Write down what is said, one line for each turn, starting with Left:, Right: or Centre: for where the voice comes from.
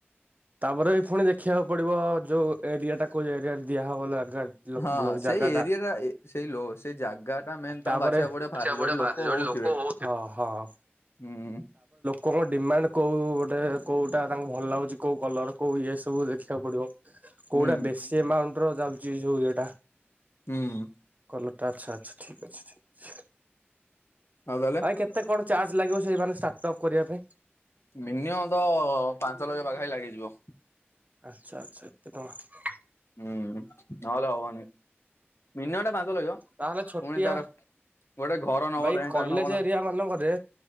Right: ତାପରେ ବି ପୁଣି ଦେଖିବାକୁ ପଡ଼ିବ ଯୋଉ ଏରିଆଟା କେଉ ଏରିଆରେ ଦିଆହବ ଆଗ
Left: ହଁ ସେଇ
Right: ଜାଗା ଟା
Left: ଏରିଆ ସେଇ ସେଇ ଜାଗା ଟା ମେନ୍ ତମ
Right: ତାପରେ
Left: ବାଛିବାକୁ
Right: ଦେଖିବାକୁ
Left: ପଡିବ ଫାଷ୍ଟ ଯୋଉଠି
Right: ପଡ଼ିବ
Left: ଲୋକ
Right: ଫାଷ୍ଟେ
Left: ହଉଥିବେ।
Right: ଲୋକ ହଉ ହଁ ହଁ
Left: ହୁଁ
Right: କଣ ଡିମାଣ୍ଡେ କେଉଁ ଗୋଟେ କେଉଁଟା ତାଙ୍କୁ ଭଲ ଲାଗୁଛି କେଉଁ କଲର୍ କେଉଁ ଇଏ ସବୁ ଦେଖିବାକୁ ପଡ଼ିବ କୋଉଟା
Left: ହୁଁ
Right: ବେଶୀ ଏମାଉଣ୍ଟର ଚାଲିଛି ଯଉ ଇଏଟା
Left: ହୁଁ
Right: କଲରଟା ଆଚ୍ଛା ଆଚ୍ଛା ଠିକ୍ ଅଛି ଠିକ୍ ଅଛି
Left: ନଦେଲେ
Right: ଭାଇ ଇ କେତେ କଣ ଚାର୍ଜ ଲାଗିବ ସେଇମାନୋନ ଷ୍ଟାର୍ଟ ଅପ୍ କରିବା ପାଇଁ
Left: ମିନିୟମତ ପାଞ୍ଚ ଲକ୍ଷ ପାଖା ପାଖି ଲାଗିଯିବ
Right: ଆଚ୍ଛା ଆଚ୍ଛା ଏତେ ଟଙ୍କା
Left: ହୁଁ ନହେଲେ ହବନି ମିନିୟମଟା ପାଞ୍ଚ
Right: ତାହେଲେ ଛୋଟିଆ
Left: ପୁଣି ତାର ଗୋଟେ ଘର ନବ
Right: ଭାଇ
Left: ରେଣ୍ଟରେ
Right: କଲେଜ୍
Left: ନବ ନା
Right: ଏରିଆ ମାନଙ୍କରେ